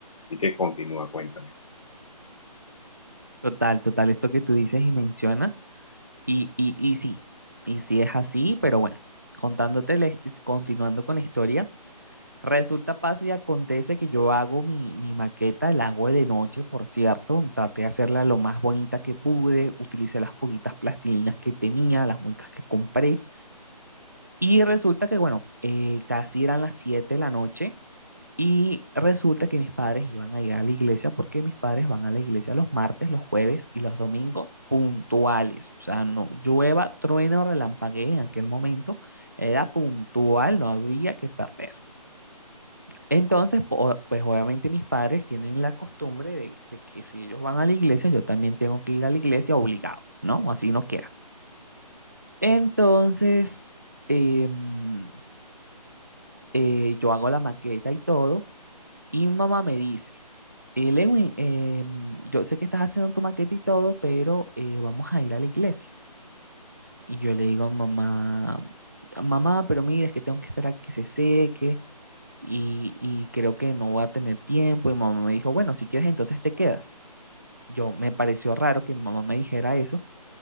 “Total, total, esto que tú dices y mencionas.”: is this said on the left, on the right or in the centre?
Right